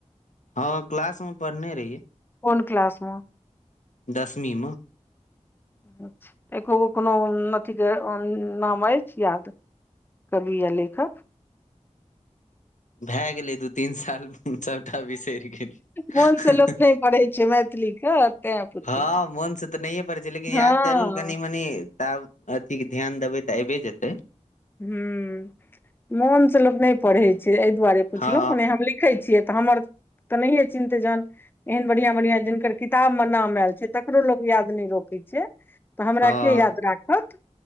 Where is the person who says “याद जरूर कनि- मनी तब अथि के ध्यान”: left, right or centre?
Left